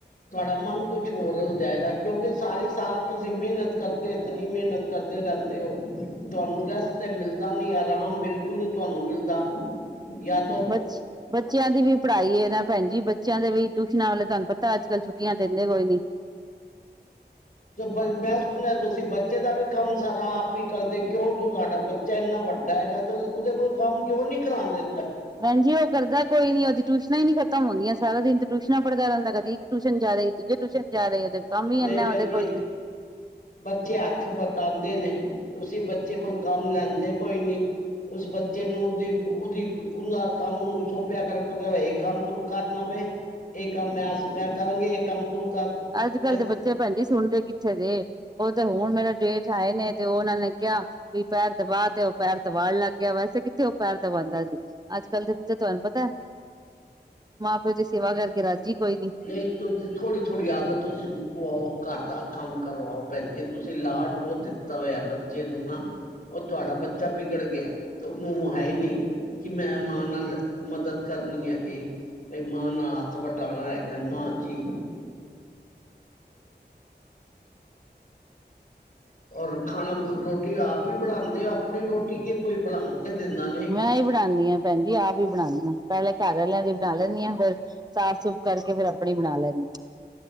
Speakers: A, on the left (about 45°); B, on the right (about 20°).
A: ਤੁਹਾਡਾ ਮਨ ਕੁਛ ਹੋਰ ਹੋ ਜਾਏਗਾ ਕਿਉਂਕਿ ਸਾਰੀ ਸਾਲ ਤੁਸੀਂ ਮਿਹਨਤ ਕਰਦੇ ਇਤਨੀ ਮਿਹਨਤ ਕਰਦੇ ਰਹਿੰਦੇ ਹੋ ਤੁਹਾਨੂੰ ਰੈਸਟ ਤੇ ਮਿਲਦਾ ਨੀ ਆਰਾਮ ਬਿਲਕੁਲ ਨੀ ਤੁਹਾਨੂੰ ਮਿਲਦਾ। ਯਾ
B: ਬਚ ਬੱਚਿਆਂ ਦੀ ਵੀ ਪੜ੍ਹਾਈ ਹੈ ਨਾ ਭੈਣ ਜੀ ਬ ਬੱਚਿਆਂ ਦੇ ਵੀ ਟਿਊਸ਼ਨਾਂ ਵਾਲੇ ਤੁਹਾਨੂੰ ਪਤਾ ਅਜ ਕੱਲ ਛੁੱਟੀਆ ਦਿੰਦੇ ਕੋਈ ਨੀ।
A: ਬ ਮੈਂ ਸੁਣਿਆ ਤੁਸੀਂ ਬੱਚੇ ਦਾ ਵੀ ਕੰਮ ਸਾਰਾ ਆਪ ਹੀ ਕਰਦੇ ਕਿਉਂ ਤੂੰ ਸਾਡਾ ਬੱ ਚ ਇੰਨਾ ਵੱਡਾ ਹੈਗਾ ਤੇ ਉਹਦੇ ਕੋਲ ਕੰਮ ਕਿਉਂ ਨੀ ਕਰਾਂਦੇ।
B: ਭੈਣ ਜੀ ਉਹ ਕਰਦਾ ਕੋਈ ਨੀ ਉਹਦੀ ਟਿਊਸ਼ਨਾ ਹੀ ਨੀ ਖ ਹੁੰਦੀਆਂ ਸਾਰਾ ਦਿਨ ਤੇ ਟਿਊਸ਼ਨਾਂ ਪੜਦਾ ਰਹਦਾ ਕਦੀ ਇੱਕ ਟਿਊਸ਼ਨ ਜਾਹਾ ਦੂਜੇ ਟਿਊਸ਼ਨ ਜਾਹੇ ਉਹਦੇ ਕੰਮ ਵੀ
A: ਨਈ
B: ਇੰਨਾ
A: ਭੈਣ
B: ਉਹਦੇ ਕੋਲ
A: ਜੀ।
B: ਤੇ
A: ਬੱਚੇ ਹੱਥ ਵਟਾਂਦੇ ਨੇ ਤੁਸੀਂ ਬੱਚੇ ਕੋਲੋ ਕੰਮ ਲੈਂਦੇ ਕੋਈ ਨੀ। ਉਸ ਬੱਚੇ ਨੂੰ ਓਦੀ-ਓਦੀ ਓਦਾ ਕੰਮ ਓਨੂੰ ਸੌਪਿਆ ਕਰ-ਕਰ ਏਹ ਕੰਮ ਤੂੰ ਕਰਨਾ ਵੇ। ਏਹ ਕੰਮ ਮੈਜ ਮੈਂ ਕਰਾਂਗੀ ਏਹ ਕੰਮ ਤੂੰ ਕਰ
B: ਅੱਜ-ਕੱਲ੍ਹ
A: ਇਸ
B: ਦੇ ਬੱਚੇ ਭੈਨਜੀ ਸੁਨਦੇ ਕਿੱਥੇ ਨੇ। ਓ ਤੇ ਹੁਨ ਮੇਰਾ ਜੇਠ ਆਏ ਨੇ ਤੇ ਓਹ ਓਨਾਂ ਨੇ ਕਿਆ ਵੀ ਪੈਰ ਦਬਾ ਤੇ ਓ ਪੈਰ ਦਬਾਨ ਲਾਗਿਆ ਵੈਸੇ ਕਿੱਥੇ ਓ ਪੈਰ ਦਬਾਦਾਂ ਸੀ, ਅੱਜ-ਕੱਲ ਦੇ ਬੱਚੇ ਤੁਆਨੂੰ ਪਤਾ ਮਾਂ-ਪਿਓ ਦੀ ਸੇਵਾ ਕਰਕੇ ਰਾਜੀ ਕੋਈ ਨੀ।
A: ਨਈੰ ਥੋੜ੍ਹੀ ਥੋੜੀ ਆਦਤ ਤੁਸੀਂ ਓਨੂੰ ਪੁਆਓ ਘਰ। ਦਾ ਕੰਮ ਕਰਵਾਓ ਭੈਨ ਜੀ ਤੁਸੀਂ ਲਾਡ ਬੋਤ ਦਿੱਤਾ ਹੋਏਆ ਬੱਚੇ ਨੂੰ ਨਾ। ਓ ਤੁਆਡਾ ਬੱਚਾ ਵਿਗੜ ਗੇਆ ਤੇ ਓਨੂੰ ਹੈ ਨਈਂ। ਕੀ ਮੈਂ ਮਾਂ ਨਾਲ ਮਦਦ ਕਰਨੀ ਹੈਗੀ, ਵੀ ਮਾਂ ਨਾਲ ਹੱਥ ਵਟਾਨਾ ਹੈਗਾ। ਕੈ ਨਾ ਜੀ। ਔਰ ਖਾਨਾ ਰੋਟੀ ਆਪ ਈ ਬਨਾਂਦੇ ਓ ਆਪਨੀ ਰੋਟੀ ਕਿ ਕੋਈ ਬਨਾ ਕੇ ਦਿੰਦਾ ਨੀ।
B: ਮੈਂ ਈ ਬਨਾਨੀ ਆਂ ਭੈਨ ਜੀ ਆਪ ਈ ਬਨਾਨੀ ਆਂ ਪੈਲੇ ਘਰ ਆਲਿਆਂ ਦੀ ਬਨਾ ਲੈਂਨੀ ਹਾਂ ਫੇਰ ਸਾਫ਼ ਸੁਫ ਕਰਕੇ ਫੇਰ ਆਪਨੀ ਬਨਾ ਲੈਂਨੀ ਆਂ।